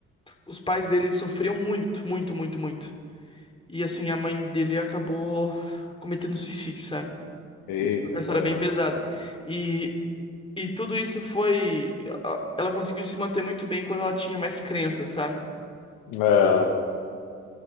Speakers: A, on the left; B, on the left.
A: os pais dele sofriam muito, muito, muito, muito. E assim, a mãe dele acabou cometendo suicídio, sabe?
B: Eita,
A: Uma
B: caramba.
A: história bem pesada. E, e tudo isso foi. a- Ela conseguiu se manter muito bem quando ela tinha mais crença, sabe?
B: É,